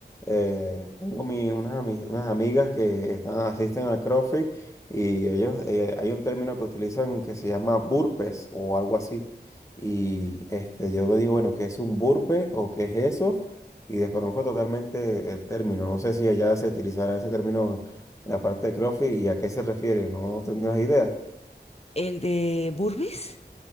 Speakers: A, on the left; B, on the left.
A: eh, tengo mi, unas, ami- unas amigas que están, asisten al CrossFit y ellos, eh, hay un término que utilizan que se llama burpees o algo así. Y este, yo me digo, bueno, ¿qué es un burpee o qué es eso? Y desconozco totalmente el término. No sé si allá se utilizará ese término en la parte de CrossFit y a qué se refiere, no tendrás idea.
B: El de burpees,